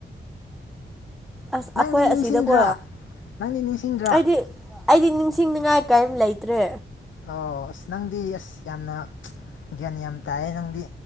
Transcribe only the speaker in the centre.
ꯑꯁ
ꯑꯩꯈꯣꯏ
ꯑꯁꯤꯗꯀꯣ
ꯑꯩꯗꯤ ꯑꯩꯗꯤ ꯅꯤꯡꯁꯤꯡꯅꯤꯉꯥꯏ ꯀꯔꯤꯝ ꯂꯩꯇ꯭ꯔꯦ